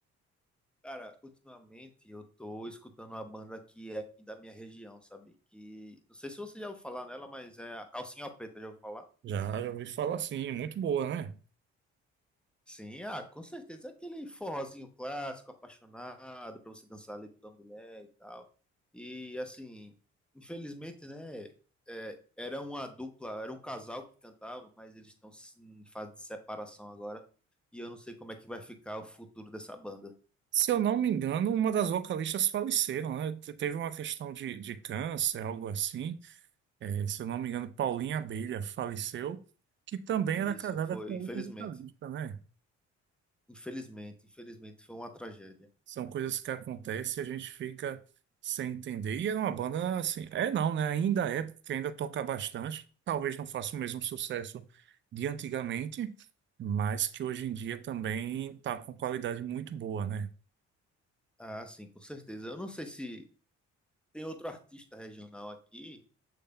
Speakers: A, in the centre; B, on the right.
A: Cara, ultimamente eu tô escutando uma banda que é aqui da minha região, sabe? Que não sei se você já ouviu falar nela, mas é a Calcinha Preta, já ouviu falar?
B: Já, já ouvi falar assim, é muito boa, né?
A: Sim, ah, com certeza. É aquele forrozinho clássico, apaixonado, pra você dançar ali com a mulher e tal. E assim, infelizmente, né? é, era uma dupla, era um casal que cantava, mas eles estão em fase de separação agora. E eu não sei como é que vai ficar o futuro dessa banda.
B: Se eu não me engano, uma das vocalistas faleceram, né? Te- Teve uma questão de, de câncer, algo assim. É, se eu não me engano, Paulinha Abelha faleceu, que também
A: E
B: era casada
A: isso foi,
B: com outro
A: infelizmente.
B: vocalista, né?
A: Infelizmente, infelizmente foi uma tragédia.
B: São coisas que acontecem e a gente fica sem entender. E era uma banda assim, é não, né? Ainda é, porque ainda toca bastante. Talvez não faça o mesmo sucesso de antigamente, mas que hoje em dia também está com qualidade muito boa, né?
A: Ah, sim, com certeza. Eu não sei se tem outro artista regional aqui,